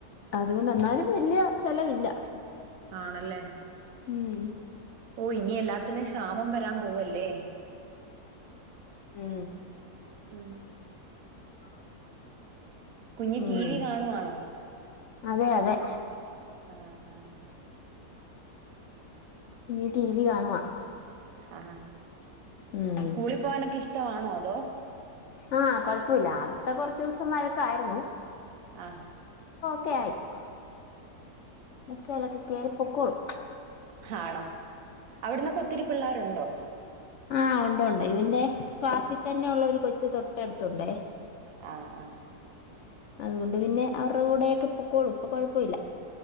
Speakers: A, on the left; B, on the right.
A: അതുകൊണ്ട് എന്നാലും വല്ല്യ ചെലവില്ല.
B: ആണല്ലേ.
A: ഉം
B: ഓ ഇനി എല്ലാത്തിനും ക്ഷാമം വരാൻ പോവല്ലേ.
A: ഉംഹ്
B: ഉംഹ് കുഞ്ഞ്
A: ഉം
B: ടിവി കാണുവാണോ?
A: അതെ അതെ.
B: ആ ആ
A: കുഞ്ഞ് ടിവി കാണുവാ.
B: ആ ഹാ
A: ഉം
B: സ്കൂളിൽ പോവനൊക്കെ ഇഷ്ടമാ അതോ
A: ആ കുഴപ്പമില്ല ആദ്യത്തെ കൊറച്ചുദിവസം വഴക്കായിരുന്നു.
B: ആ ഹാ
A: <unintelligible> മിസ്സല്ലേ കിട്ടിയാല് പൊക്കോളും.
B: ആണോ. അവിടുന്നക്കൊത്തിരി പിള്ളേരു ണ്ടോ?
A: ആ ഉണ്ട് ഉണ്ട് ഇവന്റെ ക്ലാസ്സിൽ തന്നെ ഉള്ള ഒരു കൊച്ച് തൊട്ടടുത്തുണ്ടേ.
B: ആ ആ
A: അതുകൊണ്ട് പിന്നെ അവരുടെ കൂടെ ആയിട്ട് പൊക്കോളും ഇപ്പം കൊഴപ്പല്ല.